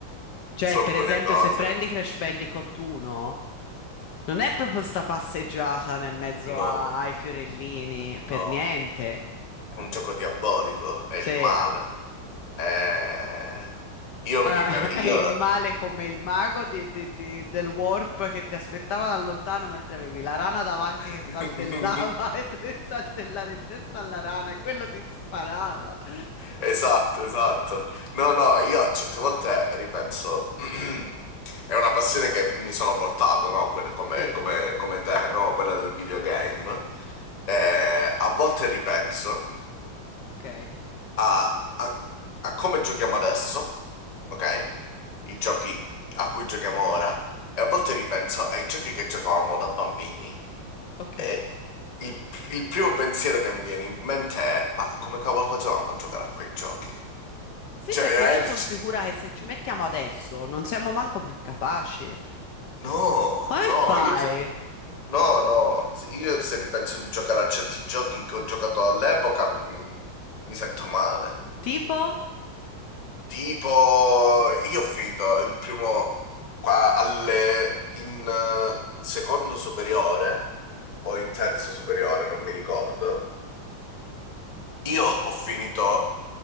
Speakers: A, on the left; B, on the left.
A: Cioè,
B: Su alcune
A: per esempio,
B: cose.
A: se prendi Crash Bandicoot 1, non è proprio sta passeggiata nel mezzo
B: No,
A: a- ai fiorellini,
B: no.
A: per niente.
B: È un gioco diabolico, è
A: Sì,
B: il male. Eh, io
A: ora
B: mi... mer-
A: <laughs> è
B: Io...
A: il male come il mago di- di- di- del warp che ti aspettava da lontano mentre avevi la rana davanti
B: <laughs>
A: che saltellava <laughs> e dovevi saltellare in testa alla rana e quello ti sparava. <laughs>
B: Esatto, esatto. No, no, io certe volte ripenso, <clears throat> è una passione che mi sono portato, no? Quella- Come,
A: Sì.
B: come- come te, no? Quella del videogame. Eh, a volte ripenso
A: Ok,
B: a, a- a come giochiamo adesso, ok? I giochi a cui giochiamo ora, e a volte ripenso ai giochi che giocavamo da bambini.
A: ok.
B: E il, il primo pensiero che mi viene in mente è: ma come cavolo facevamo a giocare a quei giochi?
A: Sì,
B: Cioè,
A: perché
B: veramente.
A: io sono sicura che se ci mettiamo adesso non siamo manco più capaci.
B: No,
A: Come
B: no,
A: fai?
B: io se, no, no, se- io se ripenso di giocare a certi giochi che ho giocato all'epoca mm, mi, sento male.
A: Tipo?
B: Tipo, io ho finito il primo qua alle, in eh, secondo superiore o in terzo superiore, non mi ricordo. Io ho finito